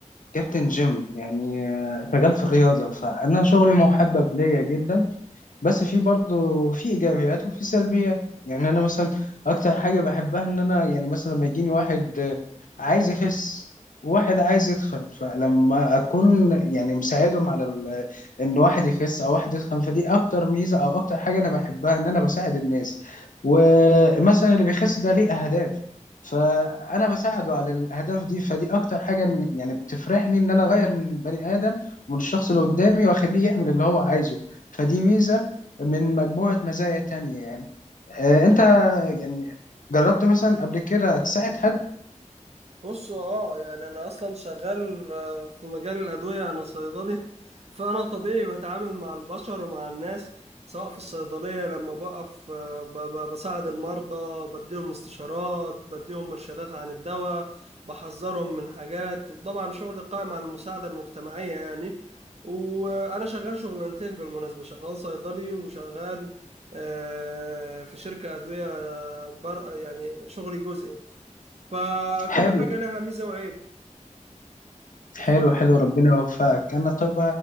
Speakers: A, on the left; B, on the right.
A: كابتن جيم يعني آه، شغال في الرياضه فانا شغلي محبب ليا جدا بس في برضه في ايجابيات وفي سلبيات يعني انا مثلا اكتر حاجه بحبها ان انا يعني مثلا لما يجيني واحد آه، عايز يخس وواحد عايز يتخن فلما اكون يعني مساعدهم على ال- ان واحد يخس او واحد يتخن فدي اكتر ميزه او اكتر حاجه انا بحبها ان انا بساعد الناس ومثلا اللي بيخس ده ليه اهداف فانا بساعده على الاهداف دي فدي اكتر حاجه إن- يعني بتفرحني ان انا اغير من بني ادم ومن الشخص اللي قدامي واخليه يعمل اللي هو عايزه فدي ميزه من مجموعة مزايا تانية يعني آه، انت يعني جربت مثلا قبل كده تساعد حد
B: بص اه يعني انا اصلا شغال آه، في مجال الادويه انا صيدلي فانا طبيعي بتعامل مع البشر ومع الناس سواء في الصيدليه لما بقف آه، ب- ب- بساعد المرضى بديهم استشارات بديهم ارشادات عن الدواء بحذرهم من حاجات طبعا شغلي قائم على المساعده المجتمعيه يعني وانا شغال شغلانتين بالمناسبه شغال صيدلي وشغال آه، في شركه ادويه آه، بر يعني شغلي جزئي فكل
A: حلو
B: حاجة لها ميزة وعيب
A: حلو
B: اتفضل
A: حلو ربنا يوفقك انا طيب